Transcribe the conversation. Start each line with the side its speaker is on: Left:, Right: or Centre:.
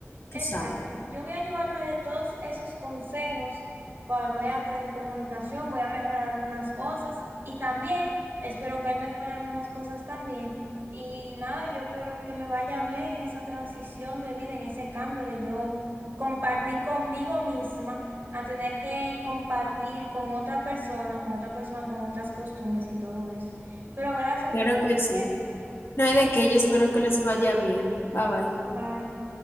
Left: tú
Right: Exacto.
Left: sabes,
Right: Yo voy a llevarme de todos esos consejos, pa- voy a tener comunicación, voy a mejorar algunas cosas y también espero que él mejore algunas cosas también. Y nada, yo espero que me vaya bien en esa transición de vida, en ese cambio de yo compartir conmigo misma a tener que compartir con otra persona, con otra persona, con otras costumbres y todo eso. Pero gracias
Left: claro
Right: por tu consejo.
Left: que sí. No hay de qué, yo espero que les vaya bien, bye bye.
Right: Bye.